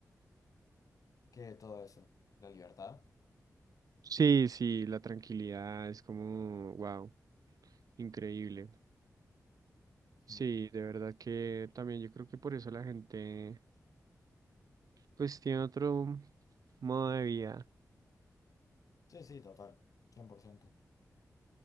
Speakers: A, on the left; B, on the right.
A: ¿Qué todo eso? ¿La libertad?
B: Sí, sí, la tranquilidad es como, wow, increíble. Sí,
A: Mm.
B: de verdad que también yo creo que por eso la gente pues tiene otro modo de vida.
A: Sí, sí, total. cien por ciento